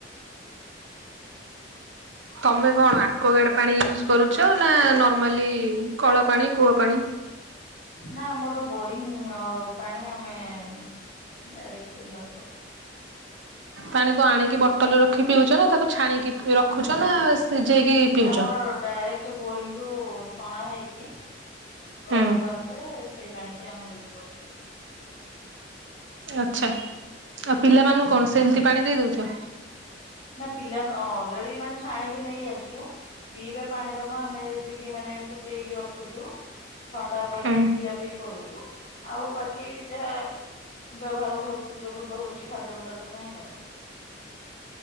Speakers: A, on the right (about 80°); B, on the left (about 35°).
A: ତମେ କଣ ଆକ୍ୱାଗାର୍ଡ ପାଣି ୟୁଜ୍ କରୁଛ ନା ନର୍ମାଲି କଳା ପାଣି କୂଅ ପାଣି?
B: ନା ଆମର ବୋରିଙ୍ଗ ଅ ପାଣି ଆମେ। ନା ରେକ ବ୍ୟବହାର କରୁଛୁ।
A: ପାଣି କଣ ଆଣିକି ବଟଲରେ ରଖି ପିଉଛ ନା ତାକୁ ଛାଣିକି ରଖୁଛ ନା ସିଝେଇକି ପିଉଛ?
B: ନା ଆମର ଡାଇରେକ୍ଟ ବୋରିଂ ରୁ ଛଣା ହେଇକି
A: ହୁଁ
B: ଘରକୁ ଆସେ ସେଇ ପାଣିକି ଆମେ ୟୁଜ୍ କରୁ।
A: ଆଛା ଆଉ ପିଲାମାନଙ୍କୁ କଣ ସେମିତି ପାଣି ଦେଇ ଦଉଚ?
B: ନା ପିଲା ଅଲରେଡ଼ି ମାନେ ଛାଣିକି ନେଇ ଆସିଛୁ ପିଇବା ପାଣି ଦବ ଆମେ ଯେତିକି ମାନେ ଫୁଟେଇକି ରଖୁଚୁ। ଥଣ୍ଡା କରିକି
A: ହୁଁ
B: ପିଇଆ ପିଇ କରୁଛୁ ଆଉ ବାକି ଯାହା ବ୍ୟବହାର ବ୍ୟବହୃତ ହଉଛି। ଖାଦ୍ୟ ପଦାର୍ଥ ପାଇଁ ଆଉ।